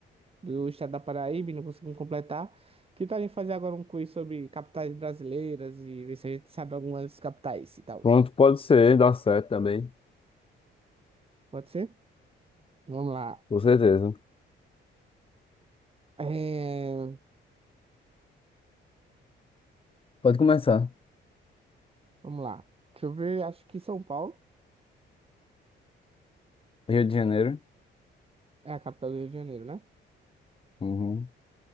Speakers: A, on the right (about 30°); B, on the left (about 25°).
A: do estado da Paraíba e não conseguimos completar. Que tal a gente fazer agora um quiz sobre capitais brasileiras e ver se a gente sabe algumas capitais e tal?
B: Pronto, pode ser, dá certo também,
A: Pode ser? Vamos lá.
B: com certeza.
A: É,
B: Pode começar.
A: Vamos lá. Deixa eu ver, acho que São Paulo
B: Rio de Janeiro,
A: é a capital do Rio de Janeiro, né?
B: uhum.